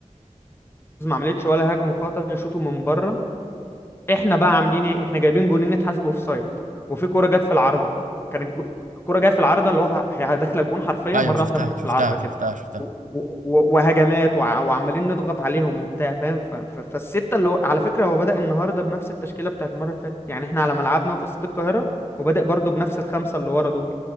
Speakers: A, on the left; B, on the right.
A: ما عملتش ولا هجمه خطر يشوطوا من بره احنا بقى عاملين ايه احنا جايبين جونين اتحسبوا اوف سايد وفي كوره جت في العارضه كان الجو- الكوره جايه في العارضه اللي هو ح- هي داخله الجون حرفيا
B: ايوه
A: مره
B: شفتها
A: واحده راحت
B: شفتها
A: في العارضه كده
B: شفتها شفتها
A: و- و- و- وهجمات وع- وعمالين نضغط عليهم وبتاع فاهم ف- ف- فالسته اللي هو على فكره هو بدأ النهارده بنفس التشكيله بتاعت المره اللي فاتت يعني احنا على ملعبنا في استاد القاهره وبادئ برضه بنفس الخمسه اللي ورا دول